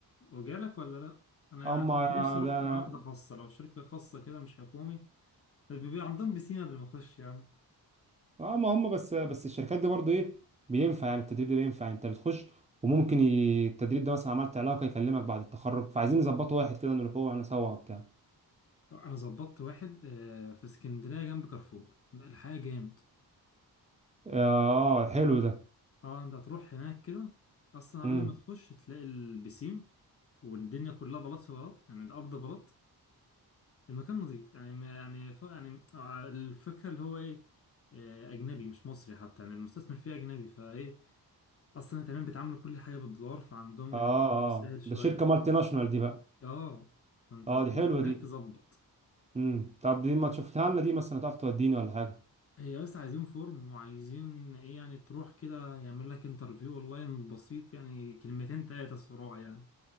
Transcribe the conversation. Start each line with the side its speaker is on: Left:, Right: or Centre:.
Left: وجالك ولا لا انا
Right: هم
Left: كنت
Right: اه
Left: نفسي اروح واحده خاصه لو شركه خاصه كده مش حكومي بيبقى عندهم بسيمه قبل ما اخش يا عم
Right: ما هم بس بس الشركات دي برضو ايه بينفع يعني التدريب ده بينفع انت بتخش وممكن ي... التدريب ده مثلا عملت علاقه يكلمك بعد التخرج فعايزين نظبطه واحد كده نروح هو انا سوا بتاع
Left: انا ظبطت واحد آه، في اسكندريه جنب كارفور الحياه جامد
Right: اه حلو ده
Left: اه انت هتروح هناك كده اصلا قبل
Right: امم
Left: ما تخش تلاقي البسيم والدنيا كلها بلاط في بلاط يعني الارض بلاط المكان نظيف يعني ما- يعني ف... يعني آه، الفكره اللي هو ايه آه، اجنبي مش مصري حتى يعني المستثمر فيه اجنبي فايه اصلا كمان بيتعاملوا كل حاجه بالدولار فعندهم
Right: اه اه
Left: الحمد سهل
Right: آه.
Left: شويه
Right: ده شركه مالتي ناشونال دي بقى
Left: اه فانت
Right: اه
Left: هتروح
Right: دي حلوه
Left: هناك
Right: دي
Left: تظبط
Right: امم طب دي ما تشوفتها لنا دي مثلا تعرف توديني ولا حاجه
Left: هي بس عايزين فورم وعايزين ايه يعني تروح كده يعمل لك انترفيو اونلاين بسيط يعني كلمتين تلاتة صراع يعني